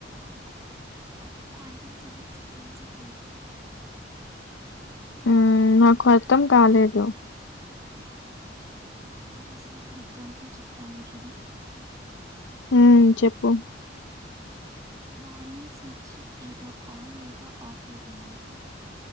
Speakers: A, on the right (about 20°); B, on the left (about 80°).
A: అది క్వాంటమ్ ఫిజిక్స్ ప్రిన్సిపుల్
B: ఉమ్ నాకు అర్థం కాలేదు
A: ఒక సింపుల్ ఎగ్జాంపుల్ చెప్తాను చూడు
B: ఉమ్ చెప్పు
A: నార్మల్ స్విచ్ ఏదర్ ఆన్ లేదా ఆఫ్ ఉంటుంది